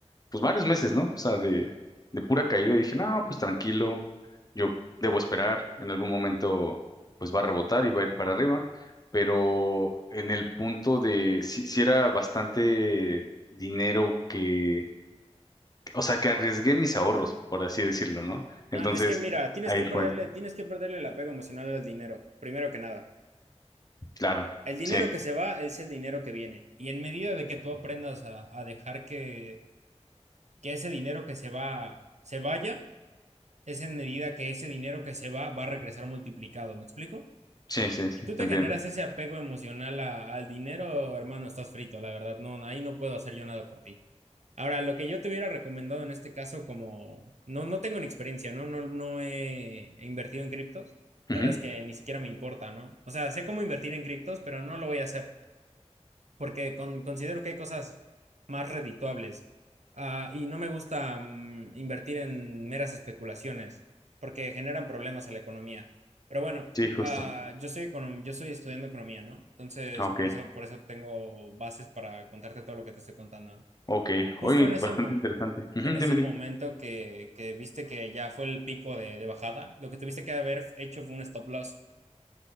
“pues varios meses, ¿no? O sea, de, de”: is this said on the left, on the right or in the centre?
Left